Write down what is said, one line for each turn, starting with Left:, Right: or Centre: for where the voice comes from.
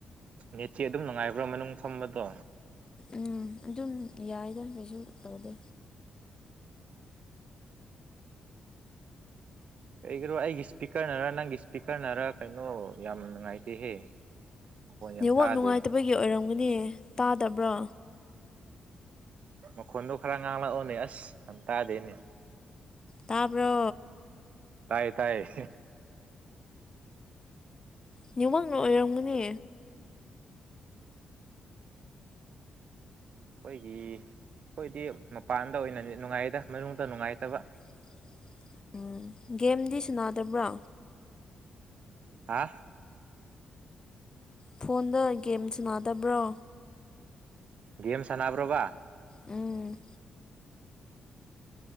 Right: ꯃꯦꯠꯁꯦ ꯑꯗꯨꯝ ꯅꯨꯡꯉꯥꯏꯕ꯭ꯔꯥ ꯃꯅꯨꯡ ꯐꯝꯕꯗꯣ
Left: ꯎꯝ ꯑꯗꯨꯝ ꯌꯥꯏꯗ ꯀꯩꯁꯨ ꯇꯧꯗꯦ
Right: ꯀꯩꯒꯤꯔꯣ ꯑꯩꯒꯤ ꯁ꯭ꯄꯤꯀꯔꯅꯔ ꯅꯪꯒꯤ ꯁ꯭ꯄꯤꯀꯔꯅꯔ ꯀꯩꯅꯣ ꯌꯥꯝ ꯅꯨꯡꯉꯥꯏꯇꯦꯍꯦ ꯃꯈꯣꯟ ꯌꯥꯝ
Left: ꯅꯦꯋꯥꯛ
Right: ꯇꯥꯗꯦ
Left: ꯅꯨꯡꯉꯥꯏꯇꯕꯒꯤ ꯑꯣꯏꯔꯝꯒꯅꯤ ꯇꯥꯗꯕ꯭ꯔꯣ
Right: ꯃꯈꯣꯟꯗꯣ ꯈꯔ ꯉꯥꯡꯂꯛꯑꯣꯅꯦ ꯑꯁ ꯌꯥꯝ ꯇꯥꯥꯗꯦꯅꯦ
Left: ꯇꯥꯕ꯭ꯔꯣ
Right: ꯇꯥꯏꯌꯦ ꯇꯥꯏꯌꯦ
Left: ꯅꯦꯠꯋꯥꯛꯅ ꯑꯣꯏꯔꯝꯒꯅꯤ
Right: ꯑꯈꯣꯏꯒꯤ ꯑꯈꯣꯏꯗꯤ ꯃꯄꯥꯟꯗ ꯑꯣꯏꯅ ꯅꯦꯠ ꯅꯨꯡꯉꯥꯏꯌꯦꯗ ꯃꯅꯨꯡꯗ ꯅꯨꯡꯉꯥꯏꯇꯕ
Left: <inaudible> ꯎꯝ ꯒꯦꯝꯗꯤ ꯁꯅꯥꯗꯕ꯭ꯔꯥ
Right: ꯍꯥ
Left: ꯐꯣꯟꯗ ꯒꯦꯝ ꯁꯅꯥꯗꯕ꯭ꯔꯣ
Right: ꯒꯦꯝ ꯁꯥꯟꯅꯕ꯭ꯔꯣꯕꯥ
Left: ꯎꯝ